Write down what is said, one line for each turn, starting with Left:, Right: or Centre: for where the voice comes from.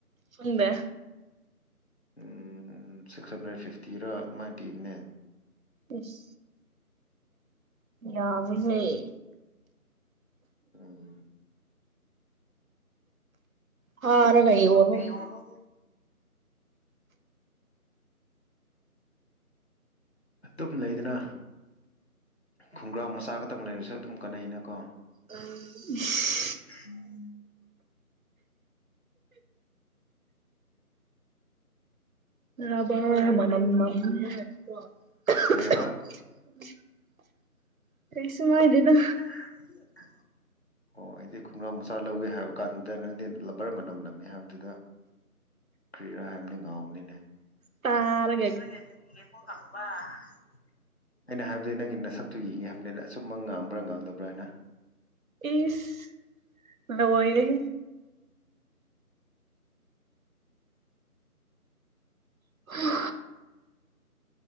Right: ꯈꯪꯗꯦ
Left: ꯎꯝ ꯁꯤꯛꯁ ꯍꯟꯗ꯭ꯔꯦꯠ ꯐꯤꯐꯇꯤꯔꯥ ꯑꯗꯨꯃꯥꯏ ꯄꯤꯕꯅꯦ
Right: ꯢꯂ ꯌꯥꯝꯃꯦꯍꯩ
Left: ꯎꯝ
Right: ꯐꯥꯔꯒ ꯌꯣꯜ
Left: ꯌꯣꯜꯂꯣ ꯑꯇꯨꯝ ꯂꯩꯗꯅ ꯈꯣꯡꯒ꯭ꯔꯥꯥꯎ ꯃꯆꯥ ꯉꯇꯪ ꯂꯩꯔꯁꯨ ꯑꯗꯨꯝ ꯀꯥꯟꯅꯩꯩꯅꯀꯣ
Right: <unintelligible>
Left: <inaudible>
Right: <unintelligible>
Left: ꯀꯔꯤ ꯍꯥꯏꯕ
Right: ꯀꯩꯁꯨꯝ ꯍꯥꯏꯗꯦꯗ
Left: <unintelligible> ꯑꯣ ꯑꯩꯗꯤ ꯈꯣꯡꯒ꯭ꯔꯥꯎ ꯃꯆꯥ ꯂꯧꯒꯦ ꯍꯥꯏꯕ ꯀꯥꯟꯗꯨꯗ ꯅꯪꯗꯤ ꯂꯕꯔ ꯃꯅꯝ ꯅꯝꯃꯦ ꯍꯥꯏꯕꯗꯨꯗ ꯀ꯭ꯔꯤꯔꯥ ꯍꯥꯏꯕꯅꯤ ꯉꯥꯎꯕꯅꯤꯅꯦ
Right: ꯇꯥꯔꯩ
Left: <unintelligible> ꯑꯩꯅ ꯍꯥꯏꯕꯗꯤ ꯅꯪꯒꯤ ꯅꯁꯛꯇꯨ ꯌꯦꯡꯒꯦ ꯍꯥꯏꯕꯅꯤꯗ ꯑꯆꯨꯝꯕ ꯉꯥꯡꯕ꯭ꯔꯥ ꯉꯥꯡꯗꯕ꯭ꯔꯥ ꯑꯅꯥ
Right: ꯏꯁ ꯂꯣꯏꯔꯦꯍꯦ ꯍꯥ